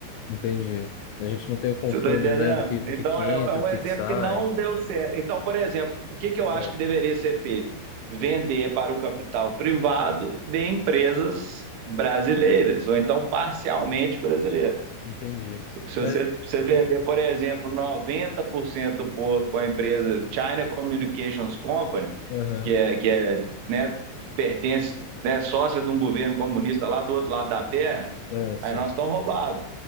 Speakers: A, on the left; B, on the right.
A: entendi. A gente não tem o controle,
B: Você está entendendo?
A: né, do que, do
B: Então,
A: que que
B: é,
A: entra,
B: é um
A: do
B: exemplo
A: que que sai.
B: que não deu certo. Então, por exemplo, o que, que eu acho
A: Certo,
B: que deveria ser feito? Vender para o capital privado de empresas brasileiras, ou então parcialmente brasileiras.
A: entendi.
B: Se
A: Mas,
B: você, você vender,
A: e,
B: por exemplo, 90% do porto para a empresa China Communications Company,
A: aham,
B: que é, que é né, pertence, né, sócia de um governo comunista lá do outro lado da terra,
A: é, sim.
B: aí nós estamos roubados,